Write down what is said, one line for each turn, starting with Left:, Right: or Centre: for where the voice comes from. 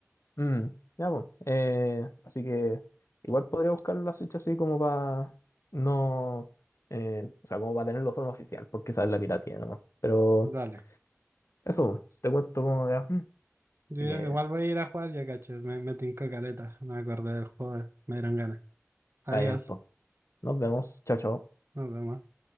Left: mm, ya, pues, eh, así que igual podría buscar la Switch así como para no, eh, o sea, como para tenerlo de forma oficial, porque esa es la piratía nomás. Pero...
Right: Dale.
Left: Eso, te cuento cómo me va.
Right: Yo
Left: Así
Right: ir-
Left: que,
Right: igual voy a ir a jugar, yo cacho. Me, me tincó caleta. Me acordé del juego. Me dieron ganas. Adiós.
Left: está bien, pues. Nos vemos. Chao, chao.
Right: Nos vemos.